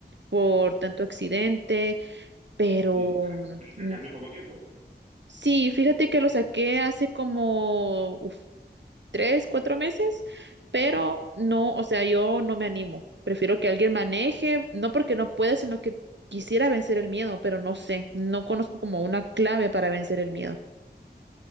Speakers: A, on the right; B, on the right.
A: por tanto accidente, pero
B: Sí, tienes
A: mm,
B: el carne poco tiempo.
A: sí, fíjate que lo saqué hace como, uf, tres, cuatro meses, pero
B: Mm.
A: no, o sea, yo no me animo. Prefiero que alguien maneje, no porque no pueda, sino que quisiera vencer el miedo, pero no sé, no conozco como una clave para vencer el miedo.